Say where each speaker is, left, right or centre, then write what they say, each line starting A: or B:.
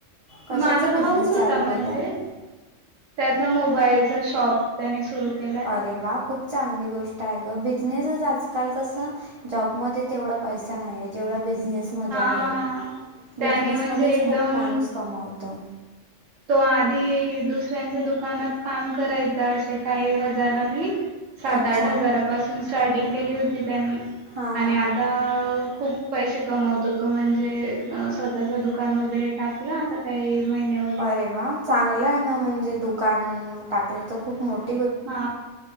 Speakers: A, on the right; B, on the right.
A: कशाचा
B: माझा
A: बिझनेस
B: भाऊच होता
A: चालू
B: म्हणजे.
A: केला आहे
B: त्याचा मोबाईलचा शॉप त्यानी सुरु केला.
A: अरे वा! खूप चांगली गोष्ट आहे ग बिजनेसच आजकाल कसं जॉबमध्येध्ये तेवढा पैसा नाही जेवढा बिझनेस मध्ये
B: हा
A: आहे. बिझनेसमध्येच
B: त्याने म्हणजे एकदम
A: खूप माणूस कमावतो.
B: तो आधी दुसऱ्यांच्या दुकानात काम करायचा असे काही हजारांनी. सात-
A: अच्छा
B: आठ हजारापासून स्टार्टिंग केली होती त्याने
A: हां
B: आणि
A: हां
B: आ आता खूप पैसे कमवतो तो म्हणजे स्वतःचं दुकान वगैरे टाक ल आता काही महिन्या
A: अरे वा! चांगलं आहे ना म्हणजे दुकान टाकलं तर खूप मोठ
B: हा